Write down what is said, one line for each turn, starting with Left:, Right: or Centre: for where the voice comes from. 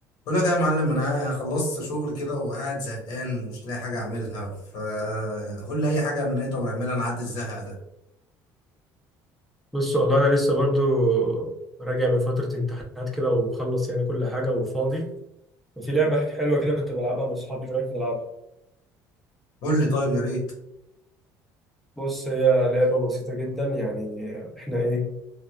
Left: بقول لك إيه يا معلم انا خلصت شغل كده وقاعد زهقان ومش لاقي حاجه اعملها فقول لي اي حاجه نقدر نعملها نعدي الزهق ده
Centre: بص والله انا لسه برضو راجع من فتره امتحانات كده ومخلص يعني كل حاجه وفاضي وفي لعبه حلوه كده كنت بلعبها مع اصحابي ايه رايك نلعبها
Left: قول لي طيب يا ريت
Centre: بص هي لعبه بسيطه جدا يعني احنا ايه